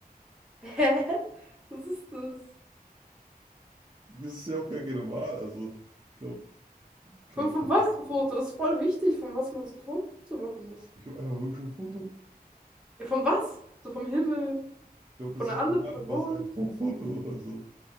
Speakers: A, in the centre; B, on the right (about 30°).
A: <laughs> Hä? Was ist das?
B: das ist ja auch gar keine Wahl. Also, ich glaube,
A: Von,
B: ja, ich
A: von
B: mach,
A: was ein Foto? Das ist voll wichtig, von was man so ein Foto machen muss.
B: ich glaub einfach wirklich ein Foto.
A: Ja, von was? So vom Himmel,
B: Ich glaube,
A: von
B: es
A: einer
B: ist
A: anderen
B: egal.
A: Person.
B: Du machst einfach ein Foto. Also,